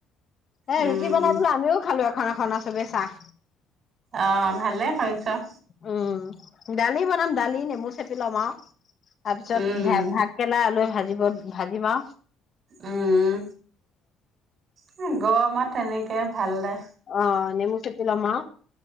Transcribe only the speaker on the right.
উম
উম
অ ভালে কৰিছ।
উম
উম হয় গৰমত তেনেকে ভাল দে।